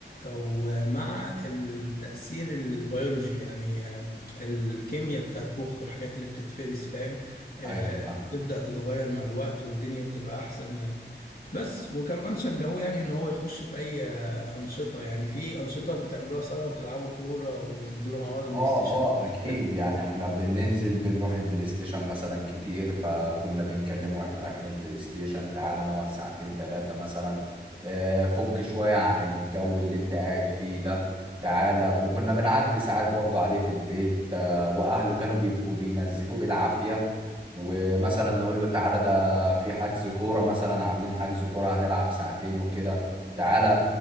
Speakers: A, on the left; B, on the right.
A: ومع التأثير البيولوجي يعني آه، الكيمياء بتاعت مخه والحاجات اللي بتتفرز فاهم آه،
B: ايوه فاهمك
A: بتبدأ تتغير مع الوقت والدنيا بتبقى أحسن يعني بس وكمان شجعوه يعني ان هو يخش في اي آه، انشطه يعني في انشطه بتعملوها سوا بتلعبوا كوره وبتنزلوا مع بعض بلاي
B: اه
A: ستيشن او
B: اه اكيد
A: اي
B: يعني احنا بننزل بنروح البلاي ستيشن مثلا كتير فكنا بنكلمه واحنا رايحين البلاي ستيشن تعالى نقعد ساعتين تلاتة مثلا آه، فك شوية عن الجو اللي انت قاعد فيه ده تعالى وكنا بنعدي ساعات برضه عليه في البيت آه، واهله كانوا بيبقوا بينزلوه بالعافية ومثلا نقول له تعالى ده في حجز كورة مثلا عاملين حجز كورة هنلعب ساعتين وكده تعالى